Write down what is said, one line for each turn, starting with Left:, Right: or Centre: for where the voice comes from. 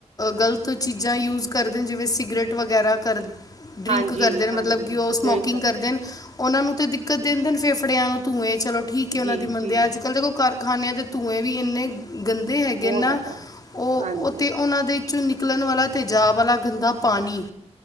Left: ਗਲਤ ਚੀਜ਼ਾਂ ਯੂਜ ਕਰਦੇ ਜਿਵੇਂ ਸਿਗਰਟ ਵਗੈਰਾ ਕਰ, ਡ੍ਰਿੰਕ
Right: ਹਾਂਜੀ
Left: ਕਰਦੇ ਨੇ
Right: ਹਾਂਜੀ
Left: ਮਤਲਬ
Right: ਬਿਲਕੁਲ
Left: ਕਿ ਉਹ ਸਮੋਕਿੰਗ
Right: ਡਰਿੰਕ
Left: ਕਰਦੇ ਨੇ ਉਹਨਾਂ ਨੂੰ ਤਾਂ ਦਿੱਕਤ ਦਿੰਦੇ ਨੇ ਫੇਫੜਿਆਂ ਨੂੰ ਧੂੰਏ ਚਲੋ ਠੀਕ ਉਹਨਾਂ
Right: ਜੀ
Left: ਦੀ ਮੰਨਦੇ
Right: ਜੀ
Left: ਆ ਅੱਜ ਕੱਲ੍ਹ ਦੇਖੋ ਕਰ ਖਾਨਿਆਂ ਦੇ ਧੂੰਏ ਵੀ ਇੰਨੇ ਗੰਦੇ ਹੈਗੇ
Right: ਬਹੁਤ
Left: ਨਾ,
Right: ਜ਼ਿਆਦਾ
Left: ਉਹ
Right: ਹਾਂਜੀ
Left: ਉਹਨਾ ਦੇ ਵਿੱਚੋਂ ਨਿਕਲਣ ਵਾਲਾ ਤੇਜਾਬ ਵਾਲਾ ਗੰਦਾ ਪਾਣੀ